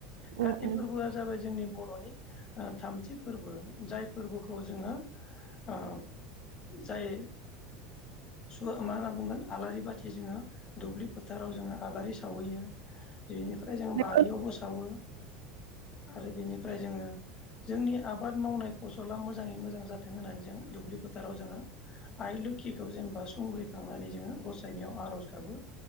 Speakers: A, on the left; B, on the right.
A: काति
B: औ औ
A: फोरबोआ जाबाय जोंनि बर' नि ओ थामथि फोरबो। जाय फोरबोखौ जोङो ओ जाय सुवा मा होनना बुंगोन आलारि बाथि जोङो दुब्लि फोथाराव जोङो आलारि सावहैयो। बेनिफ्राय जोङो
B: नंगौ
A: बारियावबो सावो। आरो बेनिफ्राय जोङो जोंनि आबाद मावनाय फसला मोजाङै मोजां जाथों होननानै जोङो दुब्लि फोथाराव जोङो आइ लोखिखौ जेनेबा संग्रिखांनानै जोङो गसाइनीयाव आर'ज गाबो